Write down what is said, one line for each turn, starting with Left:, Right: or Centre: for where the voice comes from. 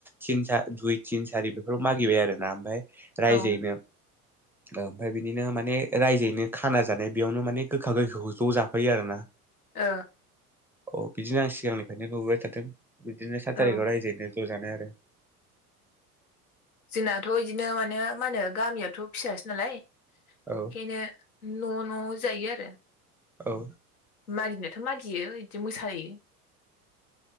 Centre: थिन दुइ तिन सारि बेफोराव मागिबाय आरो ना ओमफफ्राय रायजोयैनो
Left: ओ
Centre: ओमफ्राय बिदि बिदिनो माने रायजोयैनो खाना जानाय बेयावनो माने गोखा गोखाखौ ज' जाफैयो आरो ना
Left: ओ
Centre: औ बिदिनो आं सिगांनिफ्रायनो नुबोबाय थादों बिदिनो सात थारिखाव
Left: ओं
Centre: रायजायैनो ज' जानाय आरो
Left: जोंनाथ' बिदिनो माने मा होनो गामियावथ' फिसासो नालाय
Centre: औ
Left: बेखायनो न' न' जायो आरो
Centre: औ
Left: मागिनोथ' मागियो बिदि मोसायो